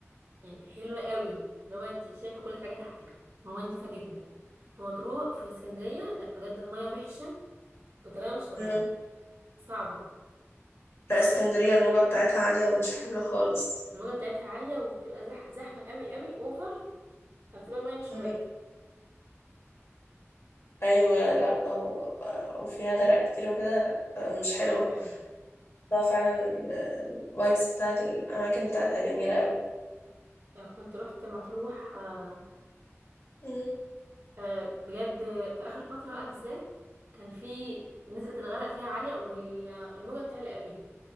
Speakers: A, on the right; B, on the left.
A: يعني حلوة قوي لو انت شايفة كل حاجة تحتك المية نضيفة جدا في مطروح في اسكندرية لا بجد المية وحشة بطريقة مش طبيعية
B: مم.
A: صعبة
B: لا اسكندرية الموجة بتاعتها عالية ومش حلو خالص
A: الموجة بتاعتها عالية وبتبقى زح... زحمة قوي قوي اوفر فبتبقى المية مش
B: مم.
A: كويسة
B: أيوة لا أو وفيها غرق كتير وكده لا آه، مش حلوة
A: هو فعلا
B: اه فعلا الفايبس بتاعت الأماكن بتاعتها جميلة أوي
A: آه، كنت رحت مطروح آه،
B: مم.
A: آه، بجد في آخر فترة بقى بالذات كان في نسبة الغرق فيها عالية والموجة بتعلى قوي